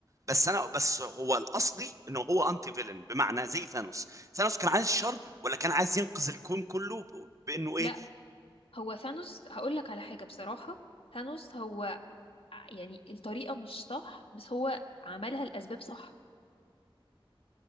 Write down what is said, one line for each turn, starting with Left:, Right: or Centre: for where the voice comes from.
Right: بس انا بس هو الاصلي انه هو انتي فيلن بمعنى زي ثانوس ثانوس كان عايز شر ولا كان عايز ينقذ الكون كله ب- بانه
Left: لا
Right: ايه
Left: هو ثانوس هقول لك على حاجة بصراحة ثانوس هو ع- يعني الطريقة مش صح بس هو عملها الأسباب صح